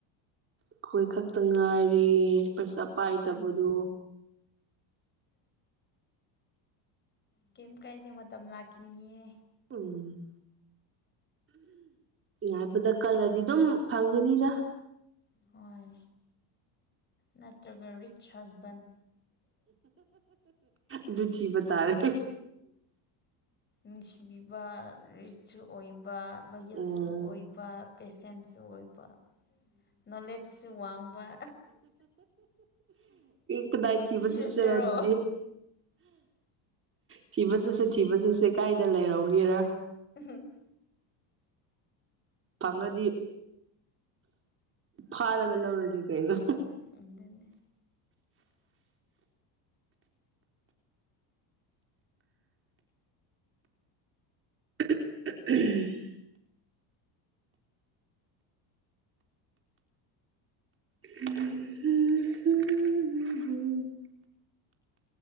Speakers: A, on the right; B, on the left.
A: ꯑꯩꯈꯣꯏ ꯈꯛꯇ ꯉꯥꯏꯔꯤ ꯄꯩꯁꯥ ꯄꯥꯏꯗꯕꯗꯣ
B: ꯀꯩ ꯀꯥꯏꯗꯦ ꯃꯇꯝ ꯂꯥꯛꯈꯤꯅꯤꯌꯦ
A: ꯎꯝ ꯍꯥꯏꯕꯗ ꯀꯜꯂꯗꯤ ꯑꯗꯨꯝ ꯐꯪꯒꯅꯤꯗ
B: ꯍꯣꯏ ꯅꯠꯇ꯭ꯔꯒ ꯔꯤꯆ ꯍꯁꯕꯟ
A: ꯑꯗꯨ ꯊꯤꯕ ꯇꯥꯔꯦ
B: ꯅꯨꯡꯁꯤꯕꯤꯕ ꯔꯤꯁꯁꯨ ꯑꯣꯏꯕ ꯋꯥꯌꯦꯜꯁꯨ
A: ꯎꯝ
B: ꯑꯣꯏꯕ ꯄꯦꯁꯦꯟꯁꯨ ꯑꯣꯏꯕ ꯅꯣꯂꯦꯖꯁꯨ ꯋꯥꯡꯕ
A: ꯀꯗꯥꯏ ꯊꯤꯕ
B: ꯊꯤꯔꯁꯤꯔꯣ
A: ꯆꯠꯁꯔ ꯑꯗꯨꯗꯤ ꯊꯤꯕ ꯆꯠꯁꯦ ꯊꯤꯕ ꯆꯠꯁꯦ ꯀꯥꯏꯗ ꯂꯩꯔꯛꯒꯦꯔ
B: ꯎ
A: ꯐꯪꯉꯗꯤ ꯐꯥꯔꯒ ꯂꯧꯔꯒꯦ ꯀꯩꯅꯣ
B: ꯎꯗꯅꯤ
A: <unintelligible> <unintelligible>